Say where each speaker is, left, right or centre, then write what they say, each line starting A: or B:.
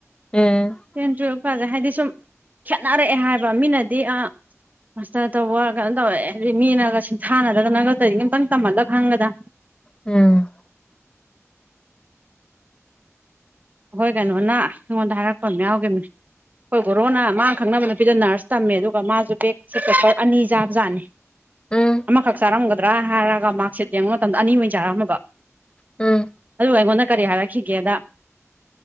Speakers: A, on the left; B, on the right.
A: ꯎꯝ
B: ꯇꯦꯟ ꯇꯨꯋꯦꯜꯐ ꯀꯥꯖꯦ ꯍꯥꯏꯗꯤ ꯁꯨꯝ ꯈꯦꯠꯅꯔꯛꯑꯦ ꯍꯥꯏꯕ ꯃꯤꯅꯗꯤ ꯑ ꯃꯥꯁꯇꯔ ꯇꯧꯕ ꯀꯩꯅꯣ ꯇꯧꯋꯦ ꯍꯥꯏꯗꯤ ꯃꯤꯅꯒ ꯁꯤꯡꯊꯥꯅꯗꯅꯒ ꯇꯧꯔꯤꯖꯦ ꯑꯝꯇꯪ ꯇꯝꯍꯜꯂ ꯈꯪꯒꯗꯝ
A: ꯎꯝ
B: ꯑꯈꯣꯏ ꯀꯩꯅꯣꯅ ꯑꯩꯉꯣꯟꯗ ꯍꯥꯏꯔꯛꯄ ꯑꯝ ꯌꯥꯎꯒꯤꯕꯅꯤ ꯑꯩꯈꯣꯏ ꯒꯣꯔꯣꯅ ꯃꯥꯅ ꯈꯪꯅꯕ ꯅꯨꯄꯤꯗꯣ ꯅ꯭ꯔꯁ ꯇꯝꯃꯦ ꯑꯗꯨꯒ ꯃꯥꯖꯨ ꯕꯦꯛ ꯁꯤ ꯄꯦꯄꯔ ꯑꯅꯤ ꯆꯥꯕ ꯖꯥꯠꯅꯤ
A: ꯎꯝ
B: ꯑꯃꯈꯛ ꯆꯥꯔꯝꯒꯗ꯭ꯔꯥ ꯍꯥꯏꯔꯒ ꯃꯥ꯭ꯔꯛ ꯁꯤꯠ ꯌꯦꯡꯉꯨ ꯃꯇꯝꯗ ꯑꯅꯤ ꯑꯣꯏꯅ ꯆꯔꯝꯃꯕ
A: ꯎꯝ
B: ꯑꯗꯨꯒ ꯑꯩꯉꯣꯟꯗ ꯀꯔꯤ ꯍꯥꯏꯔꯛꯈꯤꯒꯦꯗ